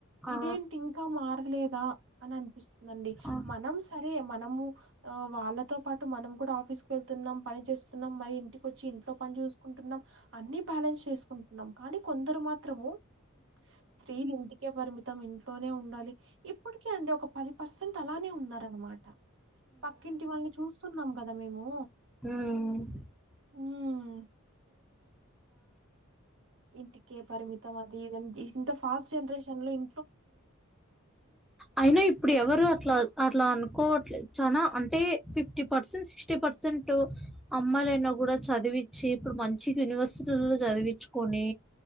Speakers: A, in the centre; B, on the right.
A: ఆ
B: ఇదేంటి ఇంకా మా మారలేదా అని అనిపిస్తుందండి
A: ఆ
B: మనం సరే మనము వాళ్ళతో పాటు మనం కూడా ఆఫీస్కు వెళ్తున్నాం పని చేస్తున్నాం మరి ఇంటికి వచ్చి ఇంట్లో పని చూసుకుంటున్నాం అన్ని బ్యాలెన్స్ ంటున్నాం కానీ కొందరు మాత్రము స్త్రీలు ఇంటికే పరిమిత మం ఇంట్లోనే ఉండాలి ఇప్పటిక అండి ఒక పది పర్సెంట్ అలానే ఉన్నారనమాట పక్కింటి వాళ్ళని చూస్తున్నాం కదా మేము
A: హహ
B: మవు ఇంటికే పరిమితం అది ఇద ఇంత ఫాస్ట్ జనరేషన్ లో ఇ
A: అయినా ఇప్పుడు ఎవరు అట్లా అ అట్లా అనుకోవట్లేదు చాలా అంటే ఫిఫ్టీ పర్సెంట్ సిక్స్టీ పర్సెంట్ అమ్మాయిలయినా కూడా చదివించి ఇప్పుడు మంచి యూనివర్సిటీలో చదివించుకొని